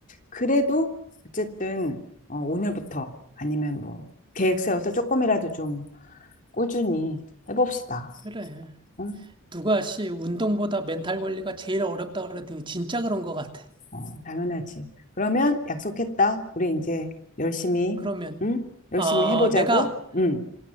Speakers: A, on the left; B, on the right.
A: 그래도 어쨌든, 어, 오늘부터 아니면 뭐, 계획 세워서 조금이라도 좀 꾸준히 해봅시다.
B: 그래.
A: 응?
B: 누가 씨, 운동보다 멘탈 관리가 제일 어렵다 그러더니 진짜 그런 것 같아.
A: 어, 당연하지. 그러면 약속했다. 우리 이제 열심히,
B: 그러면,
A: 응? 열심히
B: 어,
A: 해보자고.
B: 내가
A: 응.